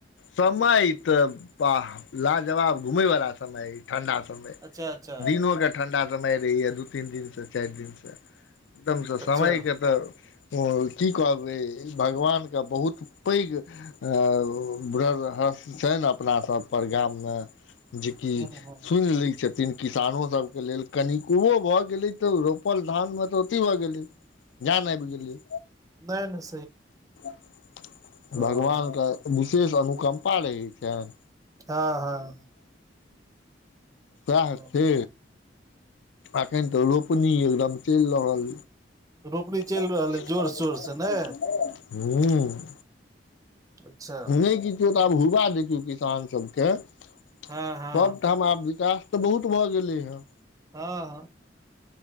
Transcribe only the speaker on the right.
अच्छा अच्छा
अच्छा
हूँ हूँ
नै नै
ओ
हऽ हऽ हँ
रोपनी
चलि रहल अइ जोर शोर से ने अच्छा
हँ हँ
हाँ